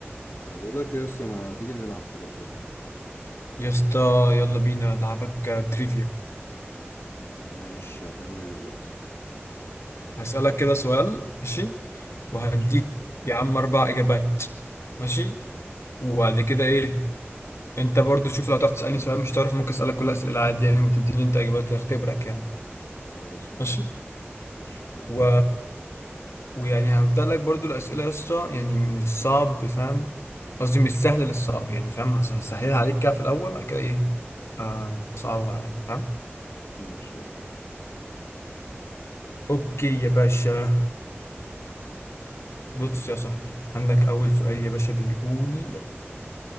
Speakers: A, on the left; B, on the left.
A: بقول لك يا اسطى ما تيجي نلعب كده بسرعة
B: يا اسطى يلا بينا لعبك تريفيا
A: ماشي هتعمل ايه بالظبط
B: هسألك كده سؤال ماشي وهديك
A: ماشي
B: يا عم أربع إجابات ماشي
A: ماشي
B: وبعد كده إيه أنت برضو شوف لو تعرف تسألني سؤال مش تعرف ممكن أسألك كل أسئلة عادي يعني وتديني أنت إجابات تختبرك يعني
A: خلاص ماشي
B: ماشي
A: ماشي تعالى
B: و...
A: تعالى
B: ويعني هبدأ لك برضو الأسئلة يا اسطى يعني من الصعب فاهم قصدي من السهل للصعب يعني فاهم هس- هسهلها عليك كده في الأول بعد كده إيه آه، أصعبها يعني فاهم
A: ماشي يلا
B: أوكي يا باشا بص يا صاحبي عندك أول سؤال يا باشا بيقول